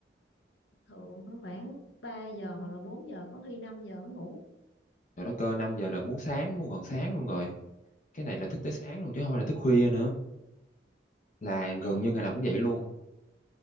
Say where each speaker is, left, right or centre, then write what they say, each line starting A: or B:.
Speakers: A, on the left; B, on the left.
A: thường nó khoảng 3 giờ hoặc là 4 giờ có khi 5 giờ mới ngủ
B: trời đất ơi 5 giờ là muốn sáng muốn gần sáng luôn rồi cái này là thức tới sáng luôn chứ không phải là thức khuya nữa là gần như ngày nào cũng vậy luôn